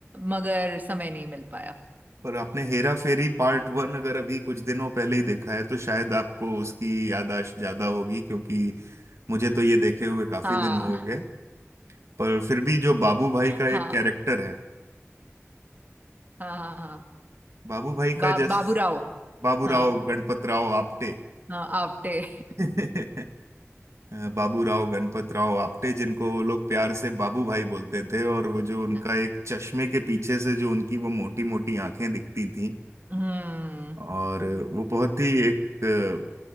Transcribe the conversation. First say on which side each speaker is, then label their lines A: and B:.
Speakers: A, on the right; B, on the right.
A: मगर समय नहीं मिल पाया
B: पर आपने हेरा फेरी पार्ट वन अगर अभी कुछ दिनों पहले ही देखा है तो शायद आपको उसकी याददाश्त ज्यादा होगी क्योंकि मुझे तो ये देखे हुए काफी
A: हाँ
B: दिन हो गए पर फिर भी जो बाबू भाई का
A: हाँ
B: एक कैरेक्टर है
A: हाँ हाँ हाँ
B: बाबू भाई
A: बा,
B: का जस
A: बाबू राव
B: बाबू राव
A: हाँ
B: गणपत राव आपटे
A: हाँ आपटे
B: <laughs> बाबू राव गणपत राव आपटे जिनको वो लोग प्यार से बाबू भाई बोलते थे और वो जो उनका
A: <laughs>
B: एक चश्मे के पीछे से जो उनकी वो मोटी मोटी आंखें दिखती थी
A: हम्म
B: और वो बहुत ही एक अ,